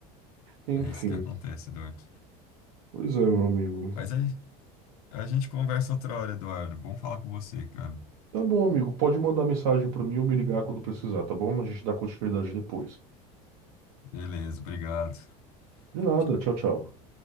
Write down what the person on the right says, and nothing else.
Enfim.
Pois é, meu amigo.
Tá bom, amigo. Pode mandar mensagem pra mim ou me ligar quando precisar, tá bom? A gente dá continuidade depois.
De
nada.
Tchau, tchau.